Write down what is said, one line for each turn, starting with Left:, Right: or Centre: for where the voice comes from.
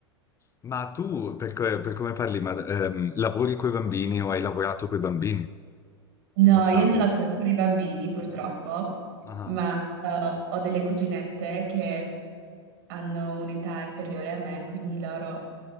Left: Ma tu, per, co- per come parli, ma, ehm, lavori coi bambini o hai lavorato coi bambini
Right: No,
Left: in passato?
Right: io non lavoro con i bambini purtroppo,
Left: Ah,
Right: ma eh, ho delle cuginette che hanno un'età inferiore a me, quindi loro...